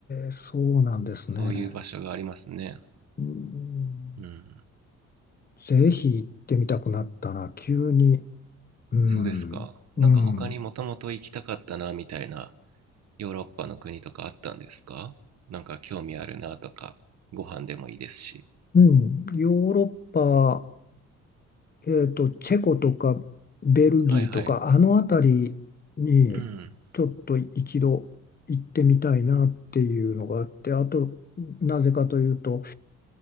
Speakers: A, on the left; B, on the right.
A: ー、そうなんですね。
B: そういう場所がありますね
A: うん、
B: うん
A: ぜひ行ってみたくなったな、急に。うん、
B: そうですかなんか他にもともと行きたかったなみたいな
A: うん、
B: ヨーロッパの国とかあったんですかなんか興味あるなとか、ご飯でもいいですし。
A: うん。ヨーロッパ、えっと、チェコとかベルギーとか、
B: はいはい。
A: あの辺りにちょっと一度行ってみたいなっていうのがあって、
B: うん。
A: あと、なぜかというと、